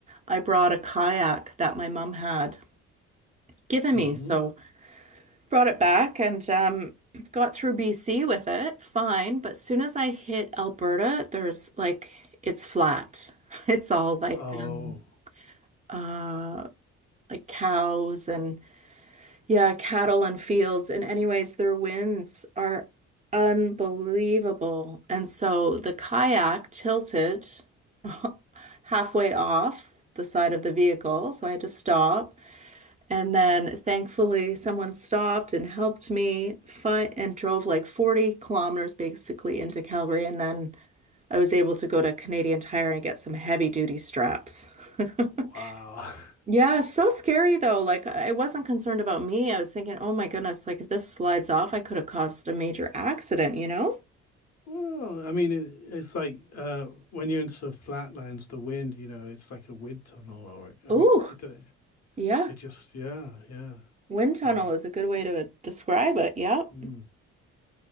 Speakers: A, on the right; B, on the left.
A: I brought a kayak that my mom had given
B: Mm-hmm.
A: me. So brought it back and um, got through BC with it, fine. But soon as I hit Alberta, there's like it's flat. <laughs> It's all like
B: Oh,
A: um, uh, like cows and yeah, cattle and fields. And anyways, their winds are unbelievable. And so the kayak tilted <laughs> halfway off the side of the vehicle, so I had to stop. And then thankfully, someone stopped and helped me find and drove like 40 kilometers basically into Calgary. And then I was able to go to Canadian Tire and get some heavy duty straps. <laughs>
B: wow. <laughs>
A: Yeah, so scary though. Like I wasn't concerned about me. I was thinking, oh my goodness, like if this slides off, I could have caused a major accident, you know?
B: Well, I mean, it, it's like uh, when you're into the flatlands, the wind, you know, it's like a wind tunnel, or I
A: Oh
B: mean, it uh,
A: yeah.
B: it just, yeah, yeah.
A: Wind tunnel
B: So,
A: is a good way to describe it. Yep.
B: mm.